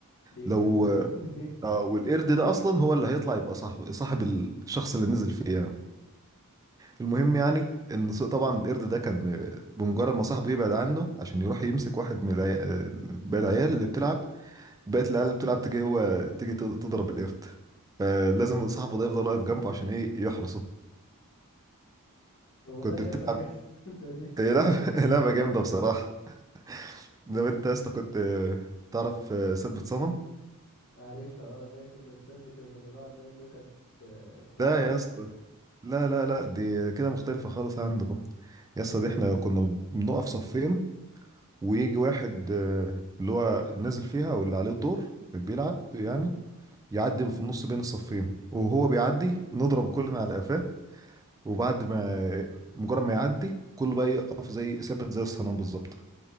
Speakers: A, on the left; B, on the right.
A: دي
B: لو
A: جامدة <laughs> دي
B: آه والقرد ده أصلا هو اللي هيطلع يبقى صاحب صاحب الشخص اللي نزل فيه يعني. المهم يعني ان ص- طبعا القرد ده كان بمجرد ما صاحبه يبعد عنه عشان يروح يمسك واحد من العيال باقي العيال اللي بتلعب بقت العيال اللي بتلعب تيجي هو تيجي تض- تضرب القرد فلازم صاحبه ده يفضل واقف جنبه عشان ايه يحرسه
A: والله
B: كنت
A: لعبة
B: بتلعب
A: جامدة دي
B: هي لعبة <laughs> لعبة جامدة بصراحة لو انت يا اسطى كنت تعرف ثبت صنم
A: عارفها اه اللي هي كنا نثبت ده كنا نقعد نقول نكت آه، تضحك
B: لا يا اسطى
A: و...
B: لا لا لا دي كده مختلفة خالص عندكم يا اسطى دي احنا كنا بنقف صفين ويجي واحد آه، اللي هو نازل فيها او اللي عليه الدور بيلعب يعني يعدي في النص بين الصفين وهو بيعدي نضرب كلنا على قفاه وبعد ما مجرد ما يعدي كله بقى يقف زي ثابت زي الصنم بالظبط